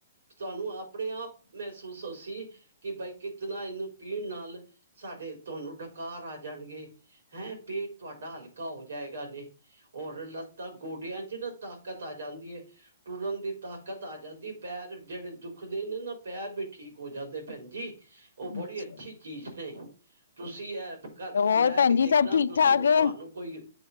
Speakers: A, on the right; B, on the left.
A: ਤੁਹਾਨੂੰ ਆਪਣੇ ਆਪ ਮਹਿਸੂਸ ਹੋਸੀ ਕਿ ਬਈ ਕਿਤਨਾ ਇਹਨੂੰ ਪੀਣ ਨਾਲ ਸਾਡੇ ਤੁਹਾਨੂੰ ਡਕਾਰ ਆ ਜਾਣਗੇ ਹੈਂ ਪੇਟ ਤੁਹਾਡਾ ਹਲਕਾ ਹੋ ਜਾਏਗਾ ਨੇ ਔਰ ਲੱਤਾਂ ਗੋਡਿਆਂ ਚ ਨਾ ਤਾਕਤ ਆ ਜਾਂਦੀ ਹੈ ਟੁਰਨ ਦੀ ਤਾਕਤ ਆ ਜਾਂਦੀ ਪੈਰ ਜਿਹੜੇ ਦੁਖਦੇ ਨੇ ਨਾ ਪੈਰ ਵੀ ਠੀਕ ਹੋ ਜਾਂਦੇ ਭੈਣ ਜੀ ਉਹ ਬੜੀ
B: ਅੱਛਾ
A: ਅੱਛੀ ਚੀਜ਼ ਇਹ ਤੁਸੀਂ ਇਹ ਘ
B: ਹੋਰ
A: ਲੈ
B: ਭੈਣ
A: ਕੇ
B: ਜੀ
A: ਦੇਖਣਾ
B: ਸਭ ਠੀਕ
A: ਤੁਸੀ
B: ਠਾਕ
A: ਤੁਹਾਨੂੰ
B: ਏ
A: ਕੋਈ